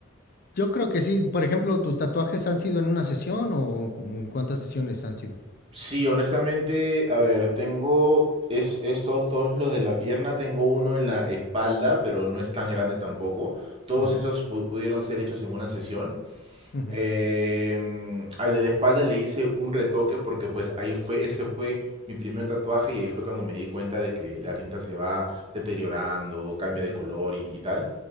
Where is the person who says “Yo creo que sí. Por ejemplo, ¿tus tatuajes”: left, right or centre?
Left